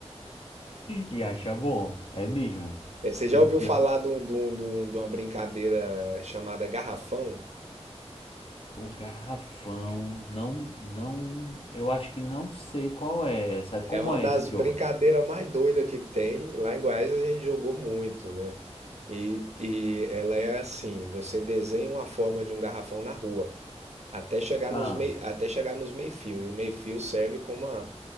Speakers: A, on the left; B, on the right.
A: E acha bom, é mesmo.
B: Eh, Você já
A: E
B: ouviu
A: o pior,
B: falar de, um- de um- de um- de uma brincadeira chamada garrafão?
A: o garrafão, não, não, eu acho que não sei qual é essa, como
B: É uma
A: é
B: das
A: esse jogo?
B: brincadeiras mais doidas que tem. Lá em Goiás a gente jogou muito, né? E, e ela é assim: você desenha uma forma de um garrafão na rua, até chegar
A: Ah,
B: nos meio, até chegar nos meio-fio. E o meio-fio serve como a